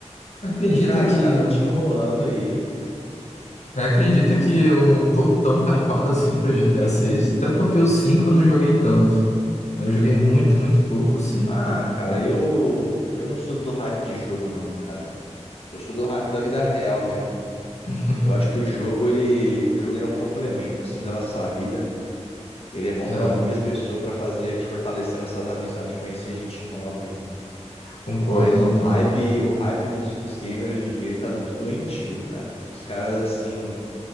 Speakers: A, on the left; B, on the left.
A: Acredita
B: Sendo, cara,
A: que
B: os caras estão te enrolando aí. rapaz.
A: acredita que eu não tô tão hypado assim pra GTA 6, até porque o 5 eu não joguei tanto. Eu joguei muito, muito pouco o 5,
B: Ah,
A: né,
B: cara,
A: até hoje.
B: eu. Eu não sou do hype de jogo, não, cara. Eu sou do hype da vida real mesmo.
A: <laughs>
B: Eu acho que o jogo, ele. O jogo, ele é um complemento, assim, da nossa vida. Ele é bom
A: É,
B: pra unir as pessoas, pra fazer a gente fortalecer nossas amizades, conhecer gente nova.
A: concordo,
B: Mas
A: concordo.
B: o hype, o hype dos, dos gamers hoje em dia ele tá muito doentio, cara. Os caras assim,